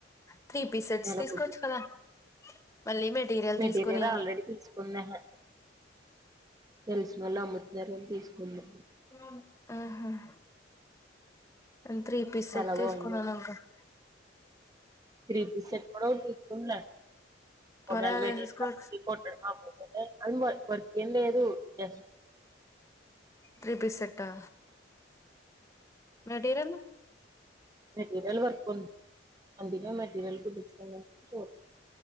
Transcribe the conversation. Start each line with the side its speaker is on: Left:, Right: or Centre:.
Left: త్రీ పీసెట్స్
Right: ఎలా
Left: తీసుకోవచ్చు
Right: కుట్టిస్తే
Left: కదా మళ్ళీ
Right: మెటీరియల్
Left: తీసుకుని
Right: ఆల్రెడీ తీసుకుందెహే తెలిసినోళ్లు అమ్ముతున్నారు అని తీసుకుంది
Left: ఉ హ్మ్ నేన్ త్రీ పీసెట్
Right: చాలా
Left: తీసుకున్నా
Right: బాగుంది
Left: లన్కున్
Right: త్రీ పీస్ సెట్ కూడా ఒకటి తీసుకున్న <inaudible> అంవర్క్
Left: మరి అది వేసేసుకోవచ్చు
Right: అ వర్క్ ఏం లేదు ఎస్
Left: త్రీ పీస్ సెట్టా మెటీరియల్
Right: మెటీరియల్ వర్క్ ఉంది అందుకే మెటీరియల్ కుట్టించున్ చూ